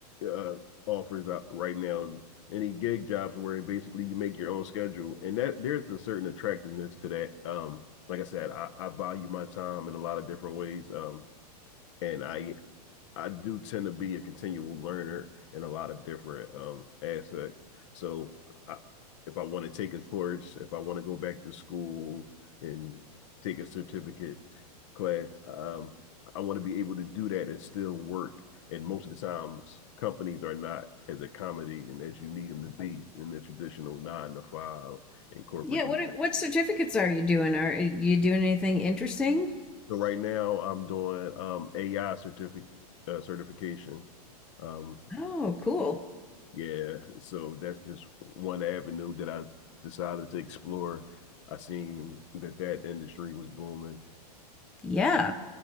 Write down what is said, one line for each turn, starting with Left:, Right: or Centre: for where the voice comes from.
Left: uh, offers out right now. Any gig jobs where basically you make your own schedule, and that there's a certain attractiveness to that. Um, like I said, I, I value my time in a lot of different ways. Um, and I I do tend to be a continual learner in a lot of different um aspects. So I, if I want to take a course, if I want to go back to school and take a certificate class, um, I want to be able to do that and still work. And most of the times, companies are not as accommodating as you need them to be in the traditional nine to five in corporate.
Centre: Yeah,
Left: America.
Centre: what are- what certificates are you doing? Are you doing anything interesting?
Left: So right now, I'm doing um AI certificate uh, certification. Um,
Centre: Oh, cool.
Left: Yeah, so that's just one avenue that I decided to explore. I seen that that industry was booming.
Centre: Yeah.